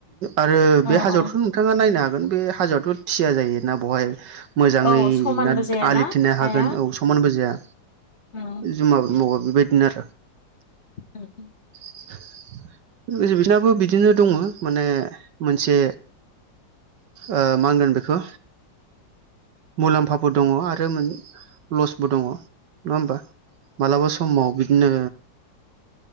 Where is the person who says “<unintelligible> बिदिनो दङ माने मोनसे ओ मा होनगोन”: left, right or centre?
Right